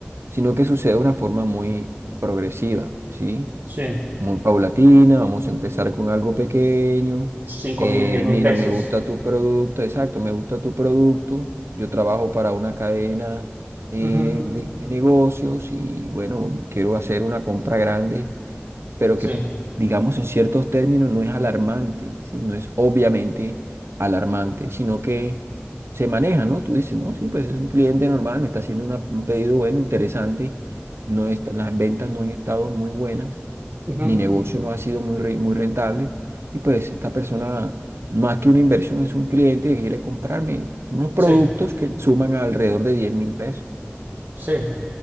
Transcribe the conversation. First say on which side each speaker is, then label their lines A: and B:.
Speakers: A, on the right; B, on the right.
A: sino que sucede de una forma muy progresiva, ¿sí?
B: sí,
A: muy paulatina, vamos a empezar con algo pequeño.
B: cinco
A: Eh,
B: mil, diez mil
A: mira,
B: pesos.
A: me gusta tu producto, exacto, me gusta tu producto. Yo trabajo para una cadena eh,
B: Ujú,
A: de, de negocios y bueno, quiero hacer una compra grande, pero
B: Sí,
A: que digamos en ciertos términos no es alarmante, ¿sí? No es obviamente alarmante, sino que se maneja, ¿no? Tú dices, no, sí, pues es un cliente normal, me está haciendo una- un pedido bueno, interesante. No está- las ventas no han estado muy buenas
B: ujú,
A: mi negocio no ha sido muy, re- muy rentable y pues esta persona, más que una inversión, es un cliente que quiere comprarme unos productos
B: sí,
A: que suman alrededor de diez mil pesos.
B: sí,